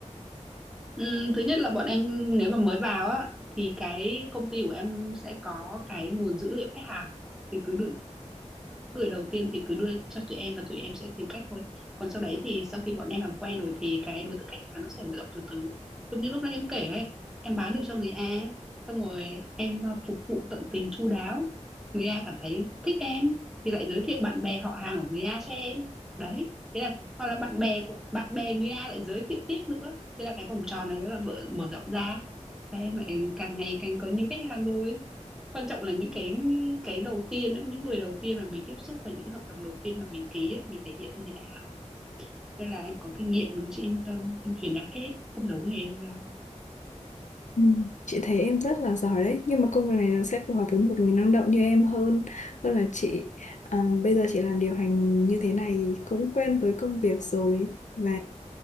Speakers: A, in the centre; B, on the left (about 75°).
A: Ừm, thứ nhất là bọn em nếu mà mới vào á thì cái công ty của em sẽ có cái nguồn dữ liệu khách hàng thì cứ định người đầu tiên thì cứ đưa cho tụi em và tụi em sẽ tìm cách thôi còn sau đấy thì sau khi bọn em làm quen rồi thì cái đối tượng khách hàng nó sẽ mở rộng từ từ giống như lúc nãy em kể ấy em bán được cho người A xong rồi em ờ, phục vụ tận tình chu đáo người A cảm thấy thích em thì lại giới thiệu bạn bè họ hàng của người A cho em đấy thế là hoặc là bạn bè của bạn bè người A lại giới thiệu tiếp nữa thế là cái vòng tròn này nó là vỡ- mở rộng ra và em lại càng ngày càng có nhiều khách hàng thôi quan trọng là những cái cái đầu tiên ấy, những người đầu tiên mà mình tiếp xúc và những cái hợp đồng đầu tiên mà mình ký ấy, mình thể hiện như thế nào nên là em có kinh nghiệm rồi chị yên tâm em truyền đạt hết không giấu nghề không lo
B: Ừ. Chị thấy em rất là giỏi đấy nhưng mà công việc này nó sẽ phù hợp với một người năng động như em hơn hơn là chị Ờ, bây giờ chị làm điều hành như thế này thì cũng quen với công việc rồi và